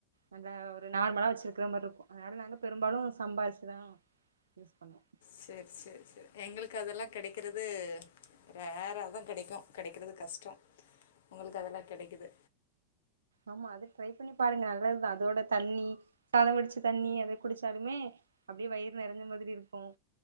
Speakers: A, on the right; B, on the left.
A: நல்லா ஒரு நார்மலாக வச்சிருக்கிற மாதிரி இருக்கும் அதனால் நாங்கள் பெரும்பாலும் சம்பாஅரிசி தான் யூஸ் பண்ணோம்
B: சரி சரி சரி எங்களுக்கு க்கு அதெல்லாம் கிடைக்கிறது ரேரா தான் கிடைக்கும் கிடைக்கிறது கஷ்டம் உங்களுக்கு அதெல்லாம் கிடைக்குது
A: ஆமா அது ட்ரை பண்ணி பாருங்க நல்லதுதான் அதோட தண்ணி சாதம் வடிச்ச தண்ணி அதை குடிச்சாலுமே அப்படியே வயிறு நிறஞ்ச மாதிரி இருக்கும்